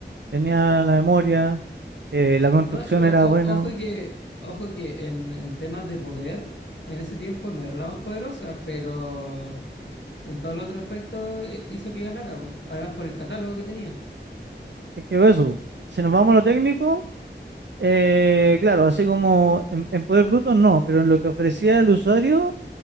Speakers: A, on the right; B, on the left.
A: tenía la memoria, eh, la construcción
B: No, o-
A: era
B: o-
A: buena.
B: ojo que, ojo que en, en temas de poder, en ese tiempo no era la más poderosa, pero en todos los otros aspectos eh, hizo que ganara, po. Además por el catálogo que tenía.
A: Es que eso, si nos vamos a lo técnico, eh, claro, así como en, en poder bruto no, pero en lo que ofrecía el usuario